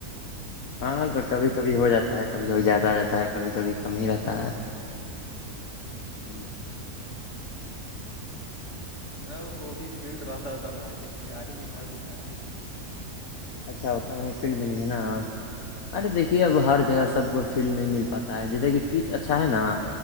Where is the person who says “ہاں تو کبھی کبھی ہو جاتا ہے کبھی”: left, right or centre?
Left